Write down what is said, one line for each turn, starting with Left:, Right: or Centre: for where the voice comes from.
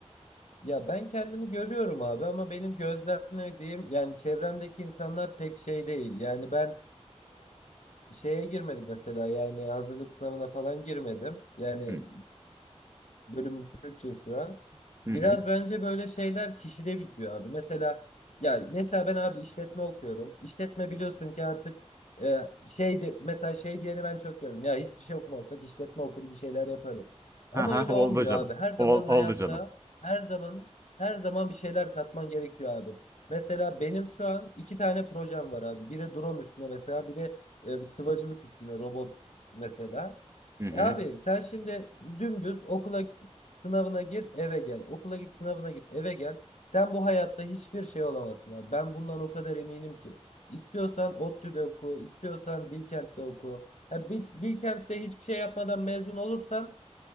Left: Ya ben kendimi görüyorum abi ama benim gözlemlediğim yani çevremdeki insanlar pek şey değil. Yani ben e, şeye girmedim mesela yani hazırlık sınavına falan girmedim. Yani
Right: Hı
Left: Bölümün Türkçe şu an. Biraz
Right: hı. hı.
Left: bence böyle şeyler kişide bitiyor abi. Mesela ya mesela ben abi işletme okuyorum. İşletme biliyorsun ki artık e, şey de, mesela şey diyeni ben çok görüyorum. Ya hiçbir şey okumazsak işletme okur bir şeyler yaparız. Ama
Right: Ha ha
Left: öyle
Right: oldu
Left: olmuyor
Right: canım.
Left: abi. Her zaman
Right: Ol-
Left: hayatta
Right: oldu canım.
Left: her zaman her zaman bir şeyler katman gerekiyor abi. Mesela benim şu an iki tane projem var abi. Biri drone üstüne mesela, biri e, sıvacılık üstüne robot mesela.
Right: Hı hı.
Left: E abi sen şimdi dümdüz okula git, sınavına gir, eve gel. Okula git, sınavına git, eve gel. Sen bu hayatta hiçbir şey olamazsın abi. Ben bundan o kadar eminim ki. İstiyorsan ODTÜ'de oku, istiyorsan Bilkent'te oku. Ya Bil- Bilkent'te hiçbir şey yapmadan mezun olursan